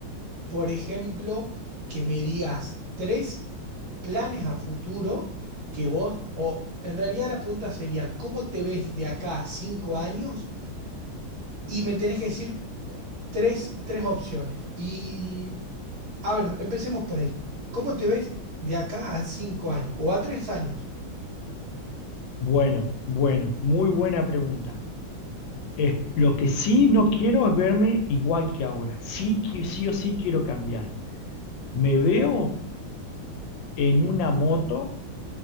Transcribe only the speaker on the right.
por ejemplo, que me digas tres planes a futuro que vos, o en realidad la pregunta sería, ¿cómo te ves de acá a cinco años? Y me tenés que decir cu- tres, tres opciones. Y A ver, empecemos por ahí. ¿Cómo te ves de acá a cinco años o a tres años?